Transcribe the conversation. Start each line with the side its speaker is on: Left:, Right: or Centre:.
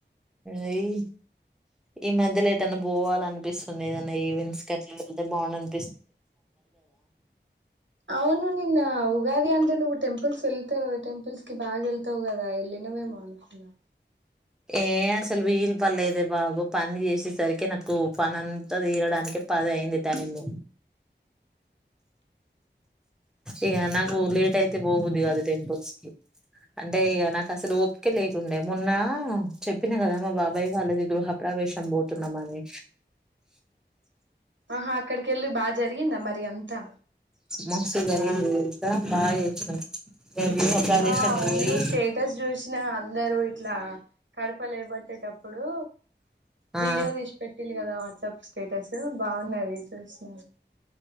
Centre: అయి ఈ మధ్యలో ఏటన్నా పోవాల అనిపిస్తుంది ఏదన్నా ఈవెంట్స్ కట్లా వెళ్తే బావున్నని
Right: అవును నిన్న ఉగాది అంటె నువ్వు టెంప్ పుల్స్ వెళ్తావు టెంపుల్స్ కి బాగా వెళ్తావు కదా వెళ్ళినావేమో అనుకునా
Centre: ఏ అసలు వీలు పడలేదే బాబు పని చేసేసరికి నాకు పనింతా తీరడానికి పది అయింది టైము ఇక నాకు లేట్ అయితే పోబుద్ది కాదు టెంపుల్స్ కి అంటే ఇక నాకు అసలు ఓపికే లేకుండే మొన్న చెప్పినా కదామ్ మా బాబాయ్య వాళ్ళది గృహపవేశం పోతున్నామని
Right: ఆ అక్కడికెళ్లి బా జరిగిందా మరి అంతా
Centre: మస్తు జరిగింది అంతా బాగా ఇగ గృహ ప్రవేశానికి
Right: ఆ అవును
Centre: పోయి
Right: స్టేటస్ చూసినా అందరూ ఇట్లా క పప్పలేబట్టేటప్పుడు
Centre: ఆ
Right: వీడియో తీసి పెట్టిళ్లు కదా వాట్సాప్ స్టేటస్ బాగున్నది చూసిన